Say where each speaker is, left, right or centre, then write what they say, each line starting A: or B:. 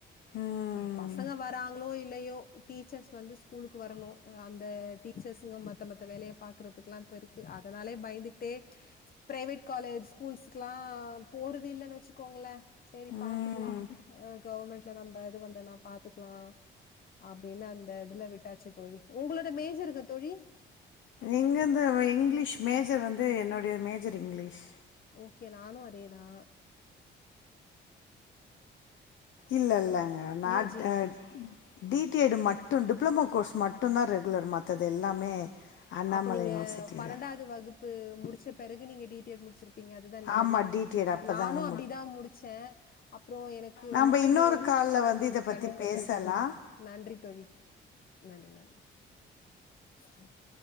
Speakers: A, on the left; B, on the left.
A: ம்
B: பசங்க வராங்களோ இல்லையோ டீச்சர்ஸ் வந்து ஸ்கூலுக்கு வரணு அந்த டீச்சர்ஸ்ங்க மத்த மத்த வேலைய பாக்குறதுக்குல்லா இப்ப இருக்கு அதனாலே பயந்துட்டே பிரைவேட் காலேஜ் ஸ்கூல்ஸ்க்லா போறது இல்லன்னு வச்சுக்கோங்கள சரி
A: ம்
B: பாத்துக்லா கவர்மெண்ட் நம்ப இது வந்தனா பாத்துக்லா அப்படின்னு அந்த இதுல விட்டாச்சு தோழி உங்களோட மேஜரெது தோழி
A: இங்கந்த இங்கிலீஷ் மேஜர் வந்து என்னுடைய மேஜர் இங்கிலீஷ்
B: ஓகே நானு அதேதா
A: இல்ல இல்லங்க நா
B: யூஜி.
A: அ டி டி ஐடு மட்டு டிப் டிப்ளமோ கோர்ஸ் மட்டு தா ரெகுலர் மத்தது எல்லாமே அண்ணாமலை
B: அப்ப நீங்க
A: யுனிவர்சிட்டி
B: பன்னெண்டாவது
A: தான்.
B: வகுப்பு முடிச்ச பிறகு நீங்க டீ டி எல் முடிச் ப்பீங்க அதுதானே
A: ஆமா டிடிஎட் அப்பதாங்க
B: நானும் அப்படிதான் முடிச்சேன் அப்புறம் எனக்கு
A: நம்ப
B: வந்து
A: இன்னொரு கால்ல வந்து
B: உம்
A: இத பத்தி
B: கண்டிப்பா
A: பேசலாம்.
B: தோழி நன்றி தோழி நன்றி நன்றி <unintelligible>